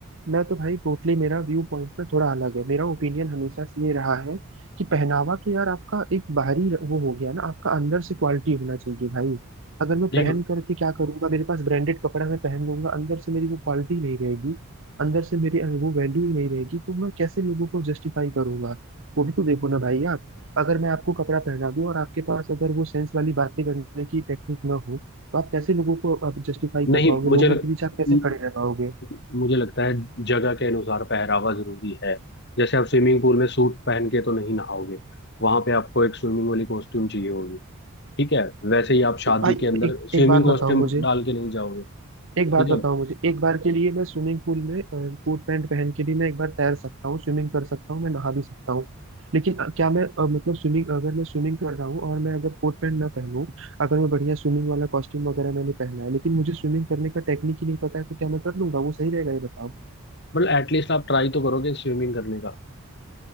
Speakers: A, on the right; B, on the left.
A: मैं तो भाई टोटली मेरा व्यू पॉइंट ना थोड़ा अलग है मेरा ओपिनियन हमेशा से ये रहा है कि पहनावा तो यार आपका एक बाहरी वो हो गया ना आपका अंदर से क्वालिटी होना चाहिए भाई अगर मैं पहन
B: नहीं
A: करके क्या करूंगा मेरे पास ब्रांडेड कपड़ा मैं पहन लूंगा अंदर से मेरी वो क्वालिटी नहीं रहेगी अंदर से मेरी वो वैल्यू ही नहीं रहेगी तो मैं कैसे लोगों को जस्टिफाई करूंगा वो भी तो देखो ना भाई आप अगर मैं आपको कपड़ा पहना दूं और आपके पास अगर वो सेंस वाली बातें करने की टेक्निक ना हो तो आप कैसे लोगों को आप जस्टिफाई
B: नहीं
A: कर पाओगे
B: मुझे
A: लोगों
B: लग,
A: के बीच आप कैसे
B: म-
A: खड़े रह पाओगे
B: मुझे लगता है जगह के अनुसार पहरावा जरूरी है जैसे आप स्विमिंग पूल में सूट पहन के तो नहीं नहाओगे वहां पे आपको एक स्विमिंग वाली कॉस्ट्यूम चाहिए होगी ठीक है वैसे ही आप
A: तो
B: शादी
A: भाई
B: के अंदर
A: एक
B: स्विमिंग
A: एक बात
B: कॉस्ट्यूम
A: बताओ मुझे
B: डाल के नहीं जाओगे ठीक
A: एक बात बताओ
B: है
A: मुझे एक बार के लिए मैं स्विमिंग पूल में कोट पैंट पहन के भी मैं एक बार तैर सकता हूँ स्विमिंग कर सकता हूँ मैं नहा भी सकता हूँ लेकिन अ, क्या मैं अ, मतलब स्विमिंग अगर मैं स्विमिंग कर रहा हूँ और मैं अगर कोट पैंट ना पहनूं अगर मैं बढ़िया स्विमिंग वाला कॉस्ट्यूम वगैरह मैंने पहना है लेकिन मुझे स्विमिंग करने का टेक्निक ही नहीं पता है तो क्या मैं कर लूंगा वो सही रहेगा ये बताओ
B: मतलब एटलीस्ट आप ट्राई तो करोगे स्विमिंग करने का